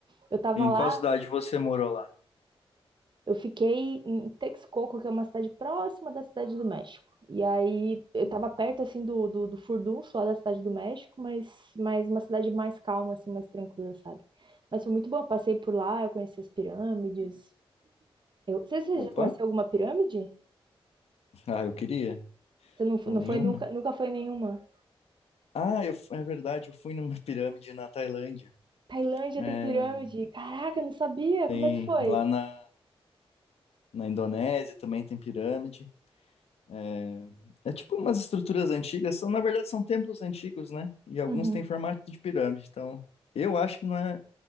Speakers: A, on the right (about 50°); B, on the left (about 85°).
A: Eu tava
B: Em
A: lá.
B: qual cidade você morou lá?
A: Eu fiquei em Texcoco, que é uma cidade próxima da Cidade do México. E aí eu
B: Hum.
A: tava perto assim do, do, do furdunço lá da Cidade do México, mas, mas uma cidade mais calma, assim, mais tranquila, sabe? Mas foi muito bom. Eu passei por lá, eu conheci as pirâmides. Eu... Você, você
B: Opa.
A: já conheceu alguma pirâmide?
B: Ah, eu queria.
A: Você não, fo-
B: Não,
A: não
B: nenhuma.
A: foi nunca, nunca foi nenhuma?
B: Ah, eu... fu- é verdade, eu fui numa pirâmide na Tailândia.
A: Tailândia
B: É,
A: tem pirâmide. Caraca, eu não sabia.
B: tem
A: Como é que foi?
B: lá na, na Indonésia também tem pirâmide. É, é tipo umas estruturas antigas, são, na verdade são templos antigos, né? E alguns
A: Uhum.
B: têm formato de pirâmide. Então, eu acho que não é